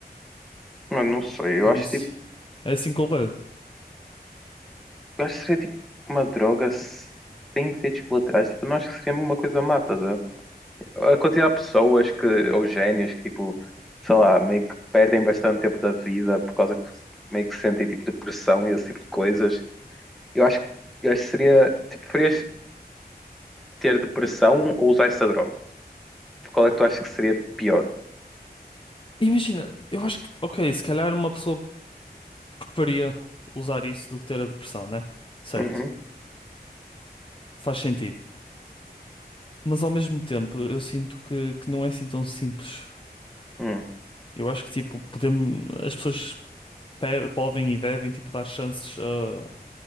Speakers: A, in the centre; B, on the left.
A: Mano, não sei. Eu
B: Por
A: acho
B: isso,
A: tipo,
B: é assim que eu levo.
A: eu acho que seria tipo uma droga sem efeitos colaterais. Tipo, eu não acho que seria uma coisa mata. A ver? A quantidade de pessoas que, ou génios que tipo, sei lá, meio que perdem bastante tempo da vida por causa que meio que sentem tipo depressão e esse tipo de coisas. Eu acho, eu acho que seria. Tipo, preferias ter depressão ou usar essa droga? Qual é que tu achas que seria pior?
B: Imagina, eu acho que, ok, se calhar uma pessoa preferia usar isso do que ter a depressão, né? Certo.
A: Uhum,
B: Faz sentido. Mas ao mesmo tempo, eu sinto que, que não é assim tão simples.
A: uhum,
B: Eu acho que, tipo, podemos, as pessoas pe- podem e devem, tipo, dar chances a,